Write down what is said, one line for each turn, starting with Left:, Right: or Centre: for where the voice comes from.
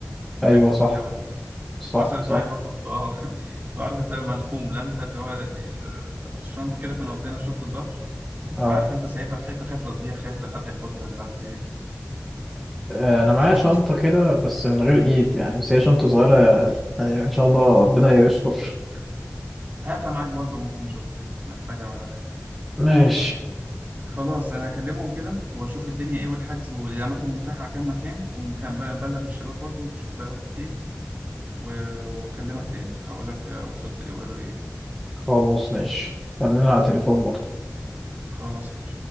Right: خايف
Centre: ايوه
Right: لا
Centre: صح
Right: تضيع ولا حاجة
Centre: صح
Right: حصلت
Centre: صح
Right: معايا برضو في اه <laughs> فعارف انت لما الخوم لا انت اللي هو آه، الشنطة كده كنا واخدينها شنطة ظهر
Centre: اه
Right: فعارف انت سايبها في حتة خايف لا تضيع خايف لا حد ياخدها مش عارف ايه
Centre: آه، انا معايا
Right: خلاص
Centre: شنطه
Right: بص
Centre: كده بس من غير ايد يعني بس هي شنطه صغيره يعني ان شاء الله ربنا يستر
Right: هاتها معاك برضه ممكن نشوفها نحتاجها ولا حاجة
Centre: ماشي
Right: خلاص أنا هكلمهم كده وأشوف الدنيا إيه والحجز والأماكن المتاحة على كام مكان وبلغ الشباب برضه نشوف اللي هيروحوا فين و- وأكلمك تاني أقول لك وصلت لإيه وقالوا لي إيه
Centre: خلاص ماشي خلينا على التليفون برضه
Right: خلاص فل